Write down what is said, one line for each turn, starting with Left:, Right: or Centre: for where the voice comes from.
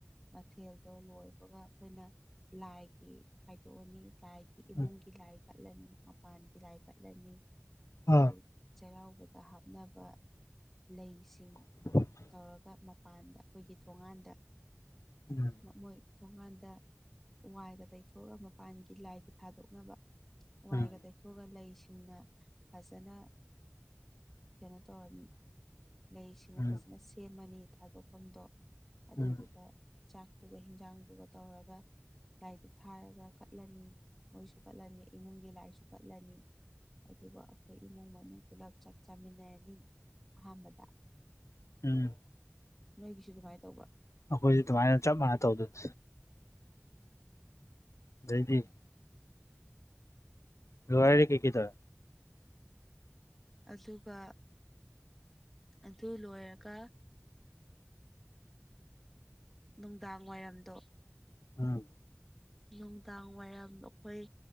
Centre: ꯃꯊꯦꯜꯗꯣ ꯂꯣꯏꯕꯒ ꯑꯩꯈꯣꯏꯅ ꯂꯥꯏꯒꯤ ꯗꯣꯛꯑꯅꯤ ꯂꯥꯏꯒꯤ ꯏꯃꯨꯡꯒꯤ
Left: ꯎꯝ
Centre: ꯂꯥꯏ ꯀꯠꯂꯅꯤ ꯃꯄꯥꯟꯒꯤ ꯂꯥꯏ ꯀꯠꯂꯅꯤ
Left: ꯑꯥ
Centre: ꯑꯗꯩ ꯆꯩꯔꯥꯎꯕꯗ ꯍꯥꯞꯅꯕ ꯂꯩꯁꯤꯡ
Left: <unintelligible>
Centre: ꯇꯧꯔꯒ ꯃꯄꯥꯟꯗ ꯑꯩꯈꯣꯏꯒꯤ ꯊꯣꯉꯥꯟꯗ
Left: ꯎꯝ
Centre: ꯃꯣꯏ ꯊꯣꯡꯀꯥꯟꯗ ꯋꯥꯏꯒ ꯇꯩꯊꯣꯛꯑꯒ ꯃꯄꯥꯟꯒꯤ ꯂꯥꯏꯒꯤ ꯊꯥꯗꯣꯛꯅꯕ ꯋꯥꯏꯒ
Left: ꯎꯝ
Centre: ꯇꯩ ꯑꯗꯨꯒ ꯂꯩꯁꯤꯡꯅ ꯐꯖꯅ ꯀꯩꯅꯣ ꯇꯧꯔꯅꯤ ꯂꯩꯁꯤꯅ
Left: ꯎꯝ
Centre: ꯐꯖꯅ ꯁꯦꯝꯃꯅꯤ ꯊꯥꯗꯣꯛꯐꯝꯗꯣ ꯑꯗꯨꯗꯨꯒ
Left: ꯎꯝ
Centre: ꯆꯥꯛꯇꯨꯒ ꯍꯤꯟꯖꯥꯡꯗꯨꯒ ꯇꯧꯔꯒ ꯂꯥꯏꯗꯨ ꯊꯥꯔꯒ ꯀꯠꯂꯅꯤ ꯃꯣꯏꯁꯨ ꯀꯠꯂꯅꯤ ꯏꯃꯨꯡꯒꯤ ꯂꯥꯏꯁꯨ ꯀꯠꯂꯅꯤ ꯑꯗꯨꯒ ꯑꯩꯈꯣꯏ ꯏꯃꯨꯡ ꯃꯅꯨꯡ ꯄꯨꯂꯞ ꯆꯥꯛ ꯆꯥꯃꯤꯟꯅꯔꯅꯤ ꯑꯍꯥꯟꯕꯗ
Left: ꯎꯝ
Centre: ꯅꯣꯏꯒꯤꯁꯨ ꯑꯗꯨꯃꯥꯏꯅ ꯇꯧꯕ꯭ꯔ
Left: ꯑꯩꯈꯣꯏꯁꯦ ꯑꯗꯨꯃꯥꯏꯅ ꯆꯞ ꯃꯥꯟꯅ ꯇꯧꯗꯅ ꯂꯩꯗꯤ ꯂꯋꯥꯔꯦ ꯀ ꯀ ꯇꯔ
Centre: ꯑꯗꯨꯒ ꯑꯗꯨ ꯂꯣꯏꯔꯒ ꯅꯨꯡꯗꯥꯡ ꯋꯥꯏꯔꯝꯗꯣ
Left: ꯎꯝ
Centre: ꯅꯨꯡꯗꯥꯡ ꯋꯥꯏꯔꯝ ꯑꯩꯈꯣꯏ